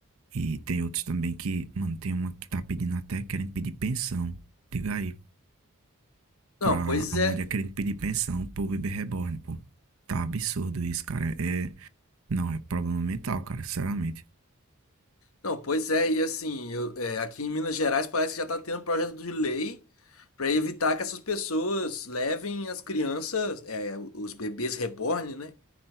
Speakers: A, on the right; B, on the left.
A: E tem outros também que, mano, tem uma que tá pedindo até, querendo pedir pensão. Diga aí.
B: Não,
A: pra
B: pois
A: a
B: é.
A: mulher querendo pedir pensão pro bebê reborn, pô. Tá absurdo isso, cara. É. é, Não, é problema mental, cara, sinceramente.
B: Não, pois é. E assim, eu- é, aqui em Minas Gerais parece que já tá tendo projeto de lei pra evitar que essas pessoas levem as crianças, é, os bebês reborn, né?